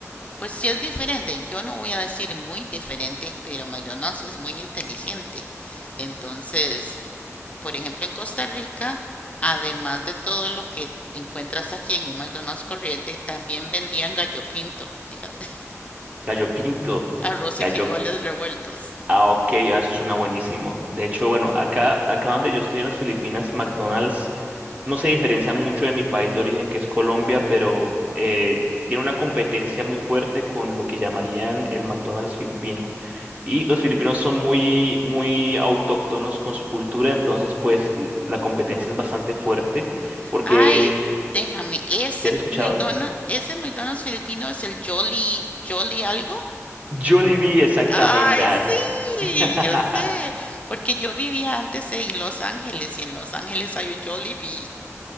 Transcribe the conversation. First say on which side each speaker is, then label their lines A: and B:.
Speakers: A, on the left (about 25°); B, on the right (about 25°).
A: Pues sí es diferente, yo no voy a decir muy diferente, pero McDonald's es muy inteligente. Entonces, por ejemplo, en Costa Rica, además de todo lo que encuentras aquí en un McDonald's corriente, también vendían gallo pinto, fíjate, <laughs>
B: Gallo pinto,
A: arroz
B: gallo
A: y frijoles revueltos.
B: Ah, ok, ah, eso suena buenísimo. De hecho, bueno, acá, acá donde yo estoy en las Filipinas, McDonald's no se diferencia mucho de mi país de origen, que es Colombia, pero eh, tiene una competencia muy fuerte con lo que llamarían el McDonald's filipino. Y los filipinos son muy, muy autóctonos con su cultura, entonces, pues, l- la competencia es bastante fuerte, porque,
A: Ay, déjame, ese
B: ¿si has escuchado?
A: McDonald's, ese McDonald's filipino es el Jolly, Jolly algo.
B: Jollibee, exactamente.
A: Ay,
B: ah.
A: sí,
B: <laughs>
A: yo sé, porque yo vivía antes en Los Ángeles y en Los Ángeles hay un Jollibee.